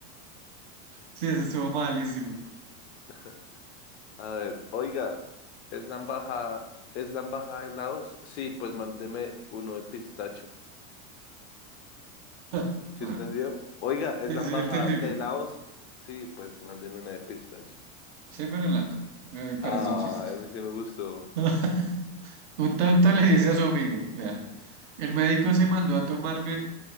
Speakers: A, on the right; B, on the left.
A: Sí, eso estuvo malísimo.
B: <laughs> A ver, oiga, ¿es la embajada, es la embajada de Laos. Sí, pues mándeme uno de pistacho.
A: <laughs>
B: ¿Sí
A: No.
B: entendió? Oiga, ¿es
A: Sí,
B: la
A: sí,
B: embajada
A: entendible.
B: de Laos. Sí, pues mándeme una de pistacho.
A: Sí, pero la... me pareció
B: Ah,
A: chistes.
B: a mí sí me gustó.
A: <laughs> Un tonto le dice a su amigo, vea, el médico se mandó a tomarme